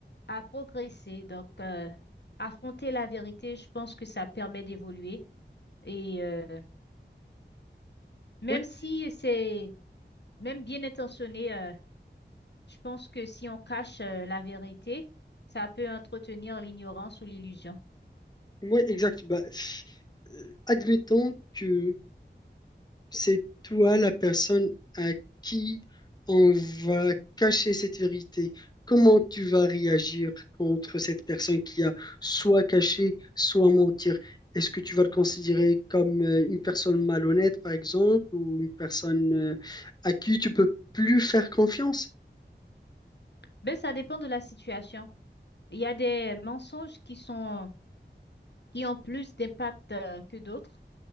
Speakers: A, on the left; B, on the left.
A: à progresser. Donc euh, affronter la vérité, je pense que ça permet d'évoluer et euh, même
B: Oui,
A: si c'est même bien intentionné, euh, je pense que si on cache euh, la vérité, ça peut entretenir l'ignorance ou l'illusion.
B: oui, exact. Bah, f- euh, admettons que C'est toi la personne à qui on va cacher cette vérité. Comment tu vas réagir contre cette personne qui a soit caché, soit mentir? Est-ce que tu vas le considérer comme euh, une personne malhonnête, par exemple, ou une personne euh, à qui tu peux plus faire confiance?
A: Ben ça dépend de la situation. Il y a des mensonges qui sont qui ont plus d'impact euh, que d'autres,